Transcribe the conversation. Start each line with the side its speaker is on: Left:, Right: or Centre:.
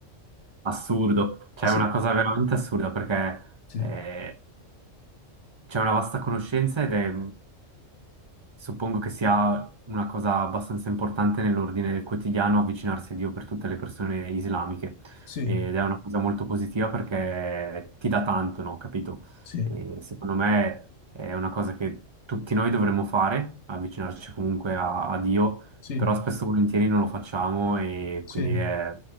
Right: assurdo, cioè
Left: Eh sì,
Right: è una cosa veramente assurda perché
Left: sì,
Right: eh, c'è una vasta conoscenza ed è, suppongo che sia una cosa abbastanza importante nell'ordine del quotidiano avvicinarsi a Dio per tutte le persone islamiche.
Left: sì,
Right: Ed è una cosa molto positiva perché ti dà tanto, no? Capito?
Left: sì,
Right: E secondo me è una cosa che tutti noi dovremmo fare, avvicinarci comunque a, a Dio,
Left: sì,
Right: però spesso e volentieri non lo facciamo e
Left: sì.
Right: quindi è-